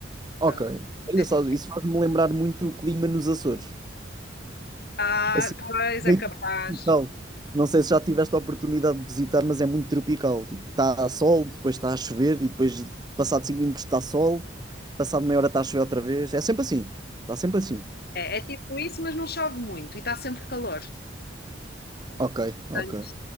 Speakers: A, on the right; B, on the left.
A: ok.
B: Pronto.
A: Olha
B: É assim.
A: só, isso faz-me lembrar muito o clima nos Açores.
B: Ah,
A: Assim,
B: pois
A: meio
B: é capaz.
A: tropical. Não sei se já tiveste a oportunidade de visitar, mas é muito tropical. Tipo, está a sol, depois está a chover, e depois, passado cinco minutos, está sol, passado meia hora está a chover outra vez. É sempre assim. Está sempre assim.
B: É, é tipo isso, mas não chove muito e está sempre calor.
A: Ok, ok,
B: Portanto,